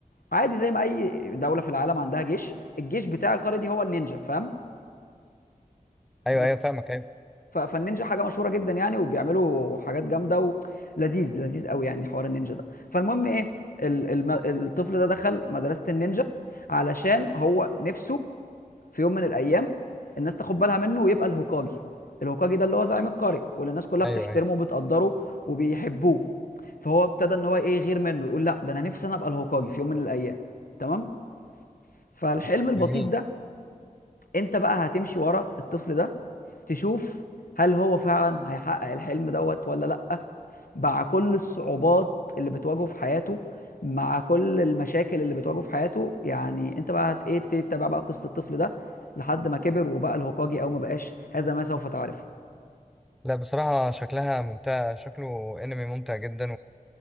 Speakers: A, on the left; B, in the centre.
A: عادي زي ما اي دوله في العالم عندها جيش الجيش بتاع القريه دي هو النينجا فاهم
B: ايوه
A: بس
B: ايوه فاهمك ايوه
A: ف- فالنينجا حاجه مشهوره جدا يعني وبيعملوا حاجات جامده ولذيذ لذيذ قوي يعني حوار النينجا ده فالمهم ايه ال- الم- الطفل ده دخل مدرسه النينجا علشان هو نفسه في يوم من الايام الناس تاخد بالها منه ويبقى الهوكاجي الهوكاجي ده اللي هو زعيم القريه واللي الناس كلها بتحترمه
B: ايوه ايوه
A: وبتقدره وبيحبوه فهو ابتدى ان هو ايه يغير منه يقول لا ده انا نفسي انا ابقى الهوكاجي في يوم من الايام تمام فالحلم البسيط
B: جميل
A: ده انت بقى هتمشي ورا الطفل ده تشوف هل هو فعلا هيحقق الحلم دوت ولا لأ مع كل الصعوبات اللي بتواجهه في حياته مع كل المشاكل اللي بتواجهه في حياته يعني انت بقى هت ايه تتابع بقى قصة الطفل ده لحد ما كبر وبقى الهوكاجي او ما بقاش هذا ما سوف تعرفه
B: لا بصراحة شكلها ممتع شكله انمي ممتع جدا